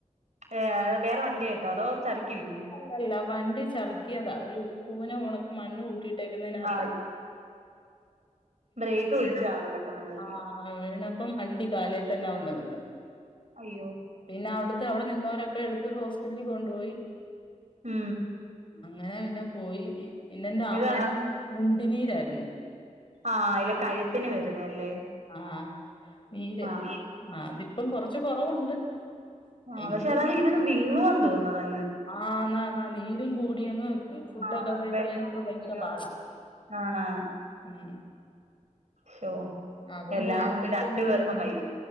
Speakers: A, on the right; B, on the left.
A: ഏഹ് വേറെ വണ്ടിയായിട്ടോ അതോ ചരക്കി വീണോ
B: അല്ലല്ല വണ്ടി ചറുക്കിയതാ ഒരു കൂന പോണക്ക് മണ്ണ് കൂട്ടിയിട്ടേക്കുന്നേനാത്ത്
A: ആ ബ്രേക്ക് പിടിച്ച് കാണും പെട്ടെന്ന് കേറി
B: ആഹ് വീണപ്പം വണ്ടി കാലേ തന്ന വന്ന് വീണ്
A: അയ്യോ
B: പിന്നെ അവിടുത്തെ അവിടെ നിന്നോരൊക്കെ എടുത്ത് ഹോസ്പിറ്റലി കൊണ്ടുപോയി
A: ഉം
B: അങ്ങനെ പിന്നെ പോയി പിന്നെന്റെ ആങ്ങളനും
A: ഇത്
B: മുണ്ടിനീരാര്ന്ന്
A: ആഹ് ഇല കഴുത്തിന് വരുന്നല്ലേ
B: ആഹ് നീര്
A: ആ ആ
B: ആതിപ്പം കൊറച്ച് കൊറവുണ്ട്
A: ആഹ്
B: എങ്കിലും
A: പക്ഷെ അതങ്ങ് ഇരുന്ന് ബിങ്ങുന്ന് തോന്ന് അതങ്ങ്
B: ആഹ് നാ നാ ന്ന് നീരും കൂടി അങ് ഫുഡൊക്കെ
A: ആ
B: കഴിക്കാൻ
A: വെള്ളം
B: ഇപ്പ
A: ഇറക്കാനോ
B: പയങ്കര പാടാ
A: ഒന്നും ആണാണ്
B: ഉം
A: ശോ
B: അതും
A: എല്ലാംഒണ്ട്
B: ഹോസ്പിറ്റലിൽ
A: രണ്ടു
B: കൊണ്ട്
A: പേർക്കും
B: കാണിച്ച്.
A: വയ്യേ